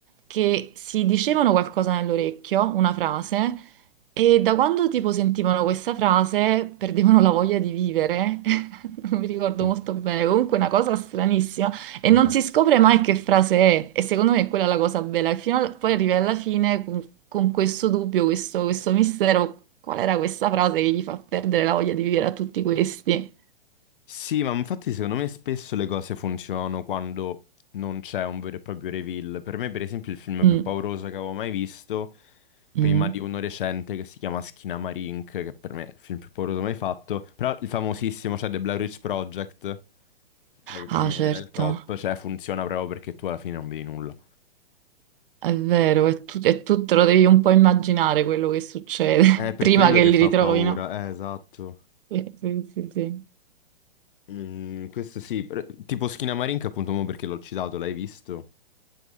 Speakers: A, on the right (about 65°); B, on the left (about 60°).
A: che si dicevano qualcosa nell'orecchio, una frase, e da quando tipo sentivano questa frase perdevano la voglia di vivere. <laughs> Non mi ricordo
B: Mm.
A: molto bene, comunque una cosa stranissima. E
B: Ah.
A: non si scopre mai che frase è, e secondo me è quella la cosa bella. E fino al- Poi arrivi alla fine con, con questo dubbio, questo, questo mistero, qual era questa frase che gli fa perdere la voglia di vivere a tutti questi?
B: Sì, ma infatti secondo me spesso le cose funzionano quando non c'è un vero e proprio reveal. Per me, per esempio, il film
A: Mm,
B: più pauroso che avevo mai visto
A: mm.
B: prima di uno recente che si chiama Skinamarink, che per me è il film più pauroso mai fatto, però il famosissimo, cioè The Blair Witch Project, cioè che
A: Ah,
B: per me
A: certo,
B: era il top, cioè funziona proprio perché tu alla fine non vedi nulla.
A: è vero, e tu, e tu te lo devi un po' immaginare quello che succede
B: È per
A: <laughs> prima
B: quello
A: che
B: che
A: li
B: fa
A: ritrovino.
B: paura, eh, esatto.
A: Sì, sì, sì, sì.
B: Mm, questo sì, per- tipo Skinamarink appunto mo perché l'ho citato, l'hai visto?